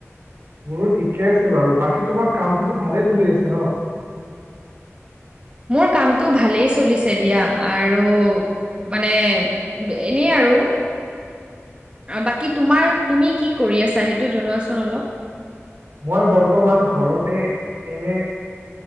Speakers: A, on the right; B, on the right.
A: মোৰো ঠিকে আছে বাৰু বাকী তোমাৰ কামটোতো ভালেই চলি আছে ন।
B: মোৰ কামটো ভালেই চলিছে দিয়া আৰু। মানে এনেই আৰু। বাকী তোমাৰ তুমি কি কৰি আছা সেইটো জনোৱাচোন অলপ।
A: মই বৰ্তমান ঘৰতে এনে।